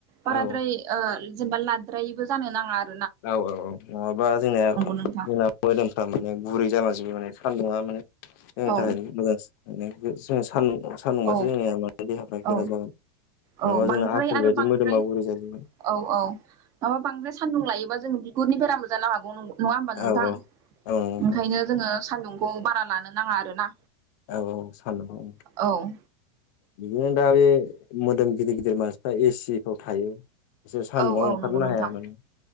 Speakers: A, on the right; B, on the left.
A: बाराद्राय
B: औ
A: जेनेबा लाद्रायैबो जानो नाङा आरो।
B: औ औ औ नङाबा जोंङो
A: नोंथां
B: जोंना मोदोमफ्रा माने गुरै जाबा जोबो माने सान्दुंङा माने जनि
A: औ
B: थाखाय मोजां मा जों सानदुं सानदुंबासो
A: औ
B: जोंनिया मे देहाफ्रा
A: औ
B: गोरा जागोन नङाबा
A: औ बांद्राय
B: जोंना आपेल
A: आरो
B: बायदि
A: बांद्राय
B: मोदोमाव गुरै जोगोन।
A: औ औ माबा बांद्राय सान्दुं लायोबा जों बि गुरनि बेरामबो जानो हागौ नङा होमबा नोंथां
B: औ औ औ नोंथां
A: ओंखायनो जोङो सान्दुंखौ बारा लानो नाङा आरोना।
B: औ औ सान औ
A: औ।
B: बिदिनो दा बे मोदोम गिदिर गिदिर मानसिफ्रा एसे जिफ्राव थायो बिसोर सान्दुंआव
A: औ औ
B: ओंखारनो
A: नंगौ नोंथां
B: हाया माने